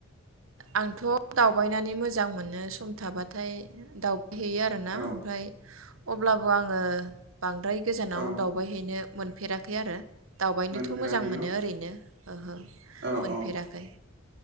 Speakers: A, on the right; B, on the right.
A: आंथ' दावबायनानै मोजां मोनो सम थाबाथाय दाव हैयो आरोना
B: औ
A: ओमफ्राय अब्लाबो आङो बांद्राय गोजानाव
B: औ
A: दावबायहैनो मोनफेराखै आरो दावबायनोथ'
B: मोनफेराखै
A: मोजां मोनो
B: न
A: ओरैनो ओहो
B: औ
A: मोनफेराखै
B: औ